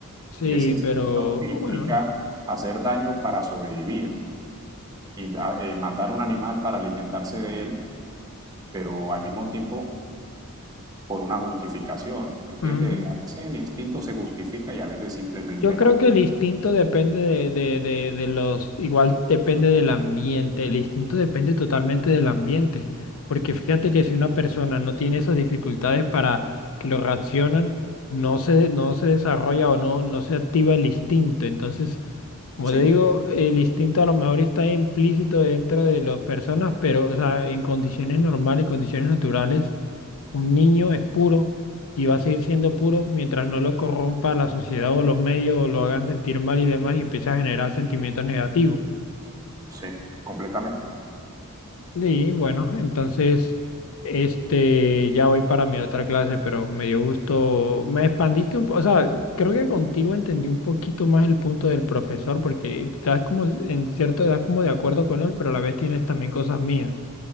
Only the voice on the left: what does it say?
Sí,
pero
bueno,
mm,
yo creo
que el instinto depende de, de, de, de los, igual depende del ambiente, el instinto depende totalmente del ambiente, porque fíjate que si una persona no tiene esas dificultades para que lo reaccionan, no se, no se desarrolla o no, no se activa el instinto, entonces Como
te digo, el instinto a lo mejor está implícito dentro de las personas, pero o sea, en condiciones normales, en condiciones naturales, un niño es puro y va a seguir siendo puro mientras no lo corrompa la sociedad o los medios o lo hagan sentir mal y demás y empiece a generar sentimientos negativos.
Y bueno, entonces, este, ya voy para mi otra clase, pero me dio gusto, me expandiste un poco, o sea, creo que contigo entendí un poquito más el punto del profesor, porque estás como, en cierto, estás como de acuerdo con él, pero a la vez tienes también cosas mías,